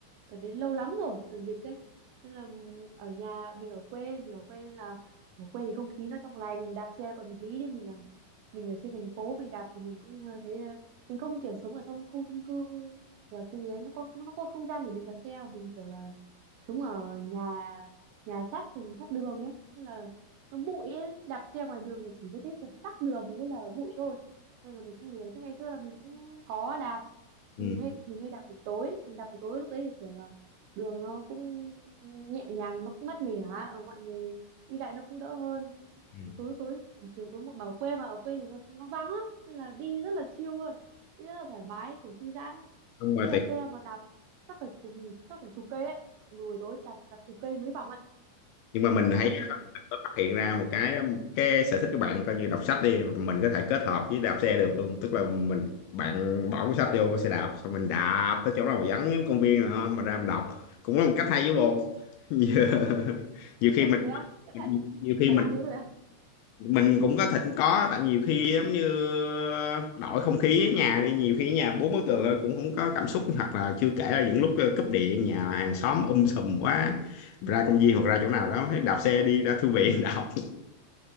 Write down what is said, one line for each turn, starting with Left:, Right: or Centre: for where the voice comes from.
Right: đợt đấy lâu lắm rồi đợt dịch ấy nên là ừ, ở nhà mình ở quê mình ở quê nên là ở quê thì không khí nó trong lành đạp xe còn hợp lý nhưng mình là mình ở trên thành phố mình đạp thì mình cũng ờ, thấy ờ, mình không kiểu sống ở trong khu chung cư và cái gì đấy nó có nó có không gian để mình đạp xe mà mình kiểu là sống ở nhà nhà sát thành sát đường ấy nên là nó bụi ấy đạp xe ngoài đường là chỉ có thấy tắc đường với là bụi thôi nên là mình cũng lười chứ ngày xưa là mình cũng có đạp
Left: Ừ.
Right: mình hay mình hay đạp buổi tối mình đạp buổi tối lúc đấy thì kiểu là đường nó cũng nhẹ nhàng nó cũng mát mẻ mọi người đi lại nó cũng đỡ hơn
Left: ừ.
Right: tối tối chiều tối một bảo quê mà ở quê thì nó nó vắng lắm nên là đi rất là chill luôn đi rất là thoải mái kiểu thư giãn ấy
Left: không mà
Right: đi đạp
Left: tuyệt
Right: xe mà đạp chắc phải cùng chắc phải chục cây đấy buổi tối chặt đạp chục cây mấy vòng ấy
Left: nhưng mà mình
Right: cũng
Left: thấy
Right: nhiệt tình ấy.
Left: có phát hiện ra một cái cái sở thích của bạn coi như đọc sách đi mình có thể kết hợp với đạp xe được luôn tức là mình bạn bỏ cuốn sách vô cái xe đạp xong mình đạp tới chỗ nào mà vắng giống công viên nữa mà ra mình đọc cũng là một cách hay với bồ <laughs> nhiều, nhiều khi
Right: ô
Left: mình
Right: thế à các bạn
Left: nhiều khi
Right: bạn
Left: mình
Right: làm thế rồi à
Left: mình cũng có thỉnh có tại nhiều khi giống như đổi không khí ở nhà đi nhiều khi ở nhà bốn bức tường thôi cũng không có cảm xúc hoặc là chưa kể là những lúc ờ, cúp điện nhà hàng xóm um sùm quá ra công viên hoặc ra chỗ nào đó thấy đạp xe đi ra thư viện <laughs> đọc